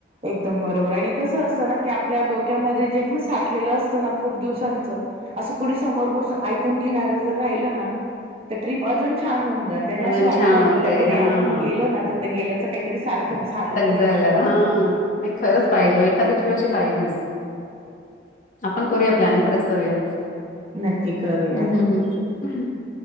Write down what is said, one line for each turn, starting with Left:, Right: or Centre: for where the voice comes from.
Right: एकदम बरोबर आणि कसं असतं ना की आपल्या डोक्यामध्ये जे पण साठलेलं असतं ना खूप दिवसांचं. असं कुणी समोर बसून ऐकून घेणार जर राहिलं ना, तर ट्रीप अजून छान होऊन जात. त्याने
Left: अजून
Right: असं वाटतं
Left: छान
Right: आपल्याला
Left: होते.
Right: कि नाही
Left: हां,
Right: आपण गेलो ना तर गेल्याच काहीतरी सार्थक झालं पण
Left: झालं.
Right: म्हनून.
Left: हां, नाही खरंच पाहिजे एखादी ट्रीप अशी पाहिजेच आपण करूया प्लॅन खरंच करूयात.
Right: नक्की करूयात
Left: हम्म हम् हम् हम्